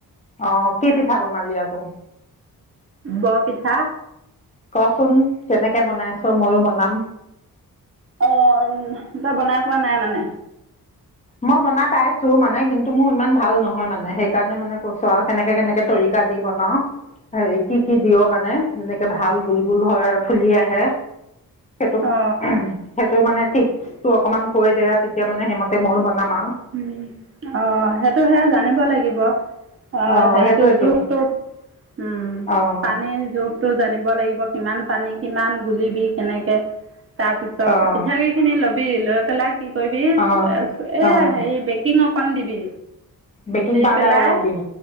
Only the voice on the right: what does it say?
বৰ পিঠা।
অ' তই বনাই পোৱা নাই মানে?
অ
উ, অ' সেইটো সেই জানিব লাগিব। অ'
হেৰিটো
জোখটো উম'
পানীৰ জোখ টো জানিব লাগিব কিমান পানী কিমান গুলিবি কেনেকে তাৰপিছত
পিঠাগুড়ি খিনি লবি লৈ পেলাই কি কৰিবি এ
হেৰি বেকিং অকণ দিবি।
দি
পেলাই,